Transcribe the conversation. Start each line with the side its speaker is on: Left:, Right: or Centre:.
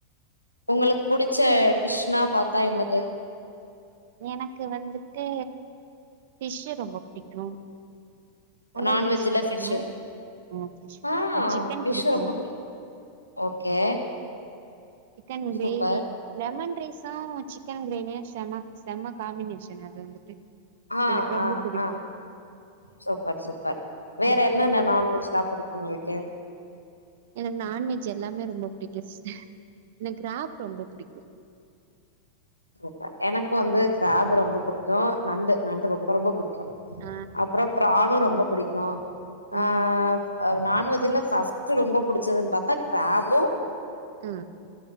Left: உங்களுக்கு புடிச்ச டிஷ்னா பாத்தா என்னது
Right: எனக்கு வந்துட்டு ஃப்ஷு ரொம்ப புடிக்கு உங்களுக்கு
Left: நான்வெஜ்ல
Right: ஃப்ஷ் பிடிக்குமா்
Left: ஃபிஷ்ஷு
Right: அ ஃப்ஷ்
Left: ஆ
Right: புடிக்கு சிக்கன்
Left: ஃபிஷ்
Right: புடிக்கு
Left: ரொம்ப okay
Right: chicken gravy
Left: super
Right: lemon ரை ஸல்லா சிக்கன் கிரேவியு செம்ம செம்ம காம்பினேஷன் அது வந்துட்டு
Left: ஆ
Right: எனக்கு ரொம்ப
Left: ஆ
Right: புடிக்கு
Left: ஆ சூப்பர் சூப்பர் வேற
Right: ம்.
Left: என்னென்ன நான்வெஜ்லா புடிக்கு உங்களுக்கு
Right: எனக்கு நான்வெஜ் எல்லாமே ரொம்ப பிடிக்கும் சிஸ் எனக்கு க்ராப் ரொம்ப புடிக்கு
Left: சூப்பர் எனக்கு வந்து க்ராப் ரொம்ப புடிக்கு நண்டு நண்டு ரொம்ப ரொம்ப புடிக்கு
Right: ஆ
Left: அப்புறோ ப்ரான்னு ரொம்ப புடிக்கு
Right: ம்
Left: ஆ நான்வெஜ்ல ஃபஸ்ட்டு ரொம்ப புடிச்சதுன்னு பாத்தா க்ராபு
Right: ம்